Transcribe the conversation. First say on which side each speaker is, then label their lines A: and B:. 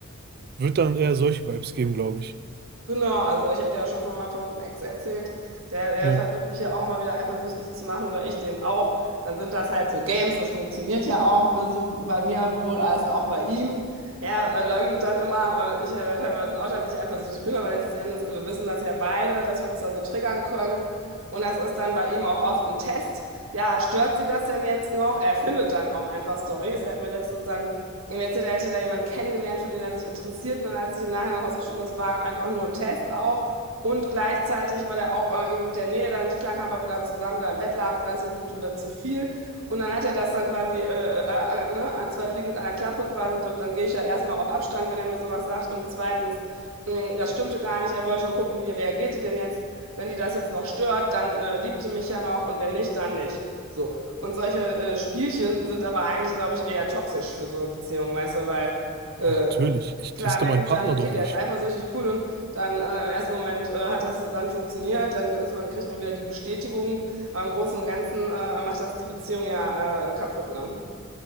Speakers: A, on the right; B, on the right.
A: Wird dann eher solche Vibes geben, glaube ich.
B: Genau, also ich habe dir ja schon von meinem verrückten Ex erzählt, der, der
A: Ja,
B: versucht mich ja auch immer wieder eifersüchtig zu machen oder ich den auch. Dann sind das halt so Games, das funktioniert ja auch äh, so bei mir wohl als auch bei ihm. Er äh, leugnet dann immer, äh, ich ja dann teilweise auch, dass ich eifersüchtig bin, aber letztes Endes äh, wir wissen das ja beide, dass wir uns da so triggern können. Und das ist dann bei ihm auch oft ein Test. Ja, stört sie das denn jetzt noch? Er findet dann auch einfach Storys. Er hat mir letztens dann Ihm erzählt, er hätte da jemanden kennengelernt, für den er sich interessiert. Und dann hat sich im Nachhinein herausgestellt, das war einfach nur ein Test auch. Und gleichzeitig, weil er auch äh, irgendwie mit der Nähe da nicht klarkam, weil wir da zusammen da im Bett lagen und alles wurde ihm dann zu viel. Und dann hat er das dann quasi, äh, äh, äh, ne, zwei Fliegen mit einer Klappe quasi. Dann gehe ich ja erstmal auf Abstand, wenn er mir sowas sagt. Und zweitens, mh, das stimmte gar nicht. Er wollte nur gucken, wie reagiert die denn jetzt. Wenn die das jetzt noch stört, dann äh, liebt die mich ja noch und wenn nicht, dann nicht. So, und solche äh, Spielchen sind aber eigentlich, glaube ich, eher toxisch für so Beziehungen, weißt du, weil äh,
A: natürlich. Ich
B: klar
A: teste
B: merke
A: meinen
B: ich
A: Partner
B: dann, okay,
A: doch
B: der
A: nicht.
B: ist eifersüchtig, cool, und dann äh, im ersten Moment äh, hat das dann funktioniert, dann ist man, kriegt man wieder die Bestätigung, aber im Großen und Ganzen äh, macht das die Beziehung ja äh, kaputt, ne?